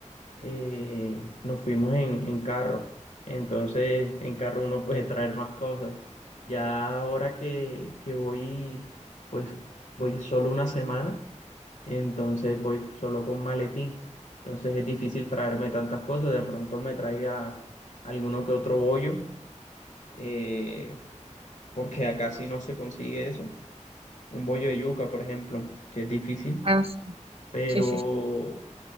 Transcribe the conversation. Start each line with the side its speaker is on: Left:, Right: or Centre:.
Left: Eh, nos fuimos en, en carro. Entonces, en carro uno puede traer más cosas. Ya ahora que, que voy, pues voy solo una semana entonces voy solo con maletín. Entonces es difícil traerme tantas cosas, de pronto me traiga alguno que otro bollo, eh, porque acá sí no se consigue eso. Un bollo de yuca, por ejemplo, que es difícil,
Right: Ah,
Left: pero,
Right: sí, sí, sí.